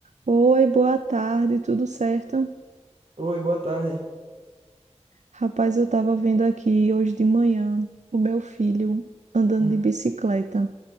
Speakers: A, on the right; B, on the right.
A: Oi, boa tarde, tudo certo?
B: Oi, boa tarde.
A: Rapaz, eu tava vendo aqui hoje de manhã o meu filho andando
B: Hum,
A: de bicicleta.